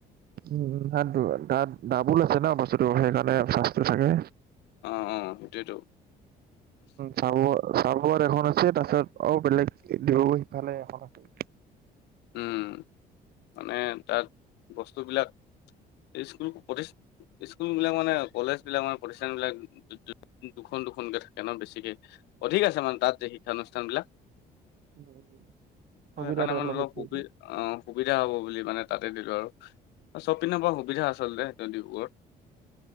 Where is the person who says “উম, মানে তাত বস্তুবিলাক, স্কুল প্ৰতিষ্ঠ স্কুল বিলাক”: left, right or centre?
Left